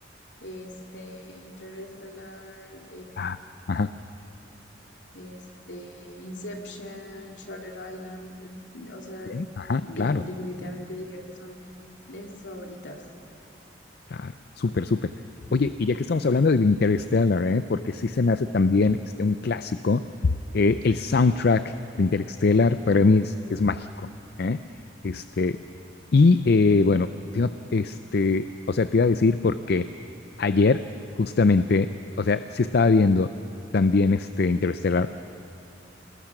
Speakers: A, on the left (about 75°); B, on the left (about 55°).
A: este, Interstellar,
B: ah, ajá,
A: este, Inception, Shutter Island, eh, o sea,
B: ok, ajá,
A: de-
B: claro,
A: definitivamente diría que son de mis favoritas.
B: Claro, súper, súper. Oye, y ya que estamos hablando de Interstellar, ¿eh? porque sí se me hace también este, un clásico, eh, el soundtrack de Interstellar para mí es, es mágico. ¿eh? Este, y eh, bueno, te iba- este, o sea, te iba a decir porque ayer justamente, o sea, sí estaba viendo también este Interstellar